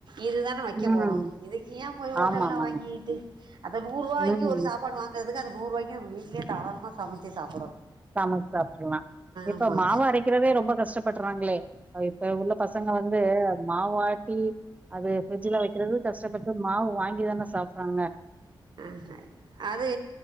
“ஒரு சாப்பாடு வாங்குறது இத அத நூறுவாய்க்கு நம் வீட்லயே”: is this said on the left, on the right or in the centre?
Right